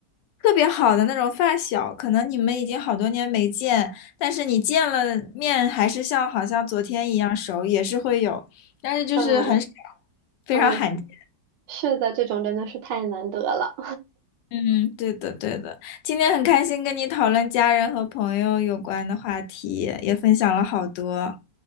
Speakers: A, on the left (about 85°); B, on the right (about 85°).
A: 特别好的那种发小，可能你们已经好多年没见，但是你见了面还是像好像昨天一样熟，也是会有，但是就是很少，
B: 嗯
A: 非常罕见。
B: 嗯，是的，这种真的是太难得了。
A: 嗯，对的对的，今天很开心跟你讨论家人和朋友有关的话题，也分享了好多。